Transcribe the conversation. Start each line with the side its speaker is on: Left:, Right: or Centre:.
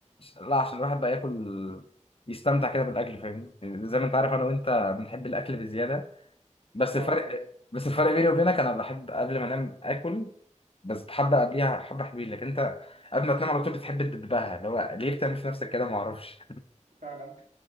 Left: لا عشان الواحد بقى ياكل يستمتع كده بالاكل فاهمني يعني زي ما انت عارف انا
Right: مم.
Left: وانت بنحب الاكل بزياده بس
Right: اه
Left: الفرق
Right: ده حقيقي
Left: بس الفرق بيني وبينك انا بحب قبل ما انام اكل بس حبه قبليها حبه حلوين لكن انت قبل ما تنام على طول بتحب تدبها اللي هو ليه بتعمل في نفسك كده ما اعرفش
Right: فعلا